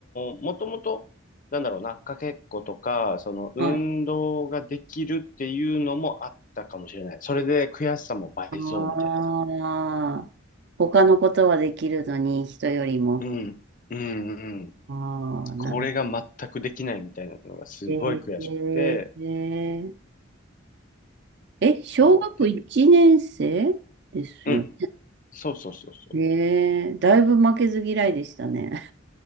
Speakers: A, on the left; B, on the right.
A: ーもともと、なんだろうな、かけっことか、その、運動ができるっていうのもあったかもしれない。
B: あ
A: それで悔しさも倍増みたいなさ。
B: あー、他のことはできるのに、人よりも。
A: うん、うん、うん。
B: ああ、
A: これが全くできないみたいなのがすごい悔しくて、
B: なる。えー、えー、え、小学1年生ですよ
A: そう。で、うん。そうそうそうそう。
B: ね。えー、だいぶ負けず嫌いでしたね。